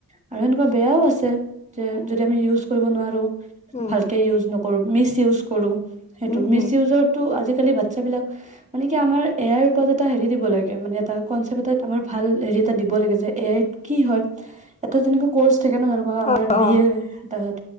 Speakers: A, on the right (about 20°); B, on the left (about 20°).
A: আৰু সেনেকুৱা বেয়াও আছে যে যদি আমি ইউজ কৰিব নোৱাৰো <unintelligible>
B: উম,
A: ভালকে ইজ নকৰো <unintelligible> কৰ মিচইউজ কৰোঁ <unintelligible> সেইটো
B: উম,
A: মিচ
B: উম,
A: ইউজৰটো আজি আজিকালি বাচ্ছা বিলাক মানে কি আমাৰ এই আইৰ ওপৰত এটা হেৰি দিব লাগে মানে এটা কনচেপ্ট এটাত আমাৰ ভাল‌ হেৰি এটা দিব লাগে যে এই আই কি হয় এটা যেনেকৈ কৰ্চ <unintelligible> থাকে ন এনেকুৱা আমাৰ
B: অ, অ,
A: বি এ তাৰপিছত